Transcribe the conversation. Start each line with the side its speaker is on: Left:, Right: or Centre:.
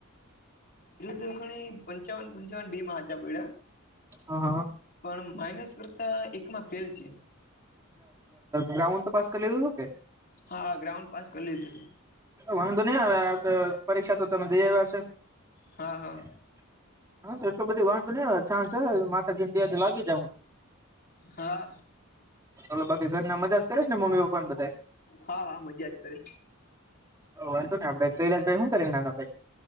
Left: છું ભ પંચાવન પંચન બે માં સાચા પ્યા
Right: હા હા
Left: પણ માઇનસ કરતા એકમાં ફેલ છે
Right: ગ્રાઉન્ડ તો પાસ કરી લેધો હતો કે
Left: હા ગ્રાઉન્ડ પાસ કરી લીધું છેું
Right: વાંધો નહી આવે પરીક્ષા તો તમે જઈ આવ્યા છે
Left: હા હા
Right: હા તો એટલું બધી વાંધો નહી છા છે થી લાગી જ
Left: હા
Right: તો બાકી ઘર ના મજા કરે છે ને મમ્મી પપ્પા ને બધા
Left: હા હા મજા જ કરે
Right: વાંધુ ને આપડે કૈલાજભાઈ શું કરીને નાના ભાઈ